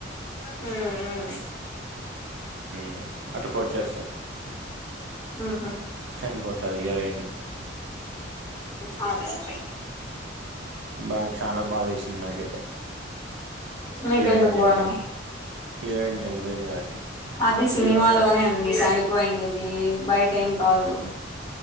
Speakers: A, on the left (about 20°); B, on the right (about 65°).
A: మ్ హుహూ
B: మ్ అట్లా పొడి చేస్తారు.
A: మ్మ్
B: చనిపోతాది హీరోయిన్.
A: అవును <unintelligible>
B: బా చానా బాధ వేసింది నాకైతే
A: మీకెందుకు
B: హీరోయిన్ చనిపోయింది.
A: బాధ
B: హీరోయిన్ చనిపోయింది కాబట్టి
A: అది సినిమాలోనే
B: హీరోనే చంపి
A: అండి చనిపోయిండిది బైట ఏం కాదు కూడా